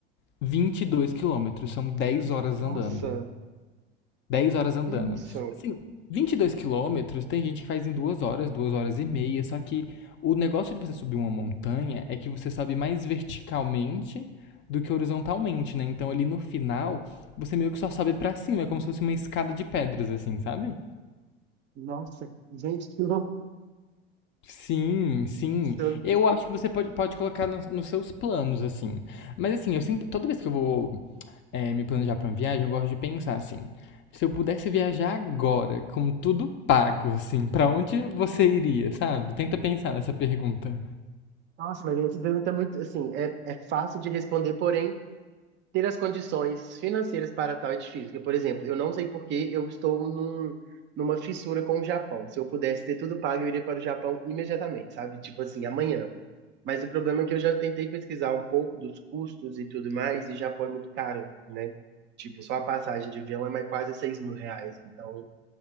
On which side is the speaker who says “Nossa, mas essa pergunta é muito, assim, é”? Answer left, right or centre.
Right